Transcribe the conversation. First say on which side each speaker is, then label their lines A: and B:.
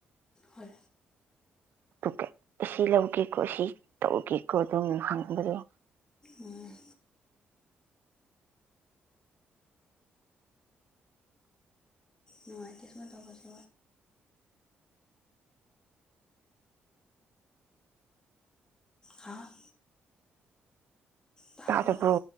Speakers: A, on the left (about 20°); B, on the right (about 65°).
A: ꯍꯣꯏ
B: ꯑꯗꯨꯒ ꯑꯁꯤ ꯂꯧꯒꯦꯀꯣ ꯁꯤ ꯇꯧꯒꯦꯀꯣ ꯑꯗꯨꯝ ꯍꯪꯕꯗ
A: ꯎꯝ ꯅꯇꯤꯁꯃ ꯇꯧꯕ ꯁ ꯍꯥ ꯇꯥꯕ꯭ꯔꯣ
B: ꯇ ꯑꯗꯨꯕꯨ